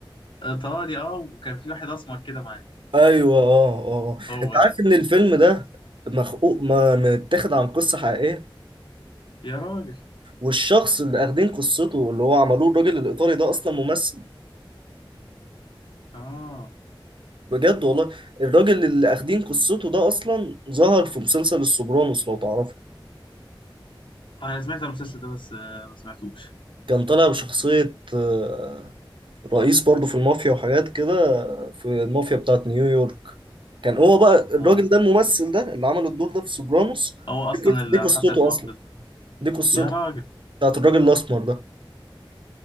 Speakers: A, on the left (about 65°); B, on the right (about 65°).
A: ايطالي اه وكان في واحد اسمر كده معاه
B: ايوه اه اه
A: هو
B: انت عارف
A: ده
B: ان الفيلم ده مخقوق ما متاخد عن قصه حقيقيه
A: يا راجل
B: والشخص اللي اخدين قصته اللي هو عملوه الراجل الايطالي ده اصلا ممثل
A: اه
B: بجد والله الراجل اللي اخدين قصته ده اصلا ظهر في مسلسل السوبرانوس لو تعرفه
A: انا سمعت المسلسل ده بس آه، ما سمعتوش
B: كان طالع بشخصيه آه، رئيس برضه في المافيا وحاجات كده في المافيا بتاعت نيويورك كان هو بقى الراجل
A: اه
B: ده الممثل ده اللي عمل الدور ده في سوبرانوس
A: هو اصلا
B: دي قص-
A: اللي
B: دي قصته
A: حصلت معاه
B: اصلا
A: قصة
B: دي قصته
A: يا راجل
B: بتاعت الراجل الاسمر ده